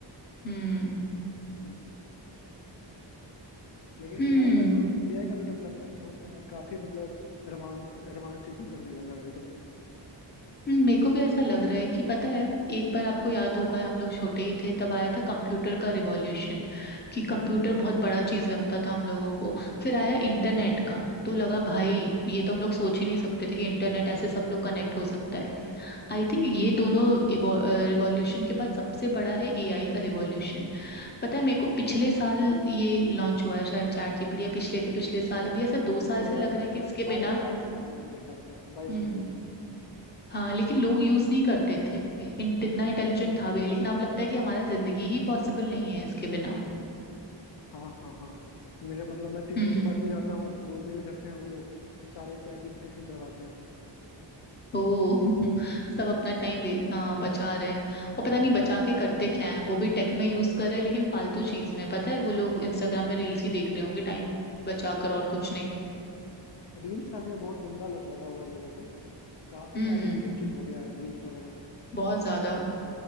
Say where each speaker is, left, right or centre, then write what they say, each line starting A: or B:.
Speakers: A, on the left; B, on the left.
A: हम्म
B: हम्म, लेकिन
A: हम्म
B: एआई का जो एआई का जो डेवलपमेंट हो रहा है काफी मतलब एडवांस एडवांस चीजें करने लगा है अभी तो
A: हम्म, मेरे को भी ऐसा लग रहा है कि पता है एक बार आपको याद होगा हम लोग छोटे ही थे तब आया था कंप्यूटर का रिवॉल्यूशन कि कंप्यूटर
B: हम्म
A: बहुत बड़ा चीज लगता था हम लोगों को फिर आया इंटरनेट का तो लगा भाई
B: हम्म हम्म।
A: ये तो हम लोग सोच ही नहीं सकते थे कि इंटरनेट ऐसे सब लोग कनेक्ट हो सकता है आई थिंक ये दोनों रिवॉल्यूशन के बाद सबसे बड़ा है एआई का रिवॉल्यूशन पता है मेरे को पिछले साल ये लॉन्च हुआ है शायद चैट जीपीटी या पिछले के पिछले साल अभी ऐसा दो साल
B: दो
A: से
B: हजार
A: लग रहा है कि इसके
B: बाईस
A: बिना
B: बाईस में हुई है मेरे ख्याल से बाईस
A: हम्म,
B: में हुई है
A: हाँ लेकिन लोग यूज नहीं करते थे इन, इतना इंटेलिजेंट था भी नहीं लेकिन अब लगता है कि हमारा जिंदगी ही पॉसिबल नहीं है इसके बिना
B: हाँ हाँ हाँ मेरे मतलब मैं टीचर
A: हम्म
B: के पास भी जाता हूँ जो मेले करते हैं वो लोग वो सारे चैट जीपीटी से ही करवाते हैं
A: ओ <laughs> सब अपना टाइम बचा रहे हैं और पता नहीं बचा के करते क्या है वो भी टेक में यूज कर रहे हैं लेकिन फालतू चीज में पता है वो लोग इंस्टाग्राम में रील्स ही देख रहे होंगे टाइम बचा कर और कुछ नहीं
B: रील्स का भी ये बहुत गंदा लत लगा हुआ है लोगों को काफी
A: हम्म
B: एडिक्टिव चीज हो गया है रील्स वगैरह
A: बहुत ज्यादा